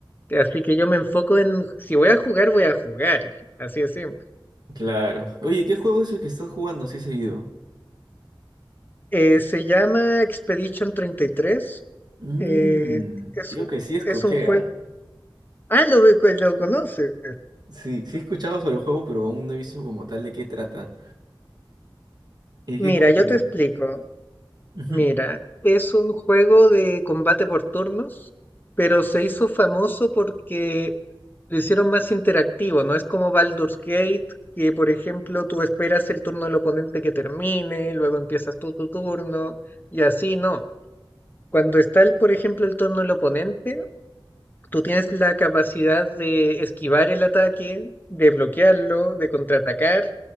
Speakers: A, on the left (about 20°); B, on the right (about 50°).
A: Así que yo me enfoco en, si voy a jugar, voy a jugar, así de simple.
B: Claro. Oye, ¿qué juego es el que estás jugando así seguido?
A: Eh, se llama Expedition 33,
B: Mmm,
A: eh, es
B: creo
A: un...
B: que sí escuché,
A: Es un juego
B: ¿ah?
A: Ah, lo, ve- pues, lo conoces.
B: Sí, sí he escuchado sobre el juego, pero aún no he visto como tal de qué trata. ¿Y
A: Mira,
B: qué cuéntame?
A: yo te explico.
B: Ujú.
A: Mira, es un juego de combate por turnos, pero se hizo famoso porque lo hicieron más interactivo, ¿no? Es como Baldur's Gate, que por ejemplo tú esperas el turno del oponente que termine, luego empiezas tú tu turno, y así no. Cuando está, el, por ejemplo, el turno del oponente, tú tienes la capacidad de esquivar el ataque, de bloquearlo, de contraatacar.